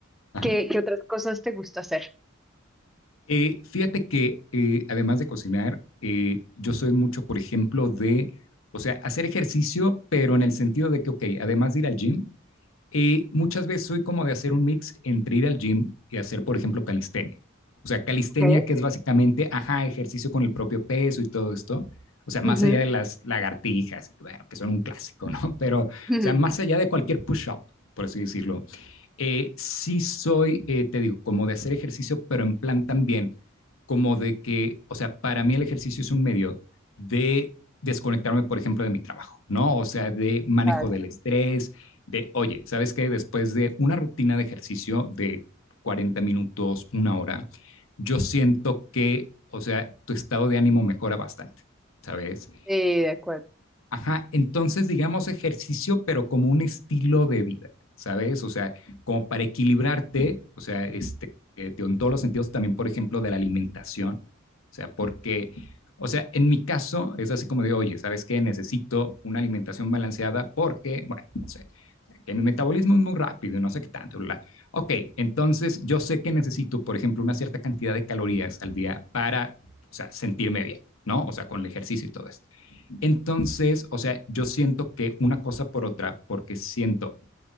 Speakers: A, on the left; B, in the centre.
A: ajá,
B: ¿qué, qué otras cosas te gusta hacer?
A: Eh, fíjate que eh, además de cocinar, eh, yo soy mucho, por ejemplo, de, o sea, hacer ejercicio, pero en el sentido de que, ok, además de ir al gym, eh, muchas veces soy como de hacer un mix entre ir al gym y hacer, por ejemplo, calistenia. O sea, calistenia
B: Ok,
A: que es básicamente, ajá, ejercicio con el propio peso y todo esto. O sea, más
B: Ujú,
A: allá de las lagartijas, bueno, que son un clásico, ¿no? <laughs> Pero, o
B: ujú.
A: sea, más allá de cualquier push-up, por así decirlo, eh, sí soy, eh, te digo, como de hacer ejercicio, pero en plan también, como de que, o sea, para mí el ejercicio es un medio de desconectarme, por ejemplo, de mi trabajo, ¿no? O sea, de manejo
B: claro.
A: del estrés, de, oye, ¿sabes qué? Después de una rutina de ejercicio de 40 minutos, una hora, yo siento que, o sea, tu estado de ánimo mejora bastante, ¿sabes?
B: Sí, de acuerdo.
A: Ajá, entonces digamos ejercicio, pero como un estilo de vida, ¿sabes? O sea, como para equilibrarte, o sea, este, eh, tío, en todos los sentidos también, por ejemplo, de la alimentación, o sea, porque, o sea, en mi caso es así como de, oye, ¿sabes qué? Necesito una alimentación balanceada porque, bueno, no sé, que mi metabolismo es muy rápido, no sé qué tanto, bla. Ok, entonces yo sé que necesito, por ejemplo, una cierta cantidad de calorías al día para, o sea, sentirme bien, ¿no? O sea, con el ejercicio y todo eso. Entonces, o sea, yo siento que una cosa por otra, porque siento